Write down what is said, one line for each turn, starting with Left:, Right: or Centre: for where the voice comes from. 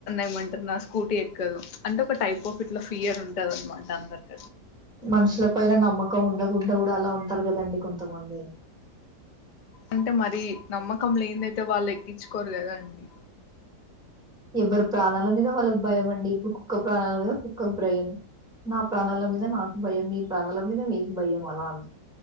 Left: ఏమంటరు స్కూటీ ఎక్కదు అంటే ఒక టైప్ ఆఫ్ ఇట్లా ఫియర్ ఉంటది అనమాట అందరు
Centre: మనుషుల పైన నమ్మకం ఉండకుండా కూడా అలా ఉంటరు కదండి కొంతమంది
Left: అంటే మరి నమ్మకం లేన్దయితే వాళ్ళు ఎక్కించుకోరు కదాండి.
Centre: ఎవ్వరి ప్రాణాల మీద వాళ్ళకి భయం అండి. ఇప్పుడు కుక్క ప్రాణాల మీద కుక్కకి భ్రయం నా ప్రాణాల మీద నాకు భయం. మీ ప్రాణాల మీద మీకు భయం అలా ఉం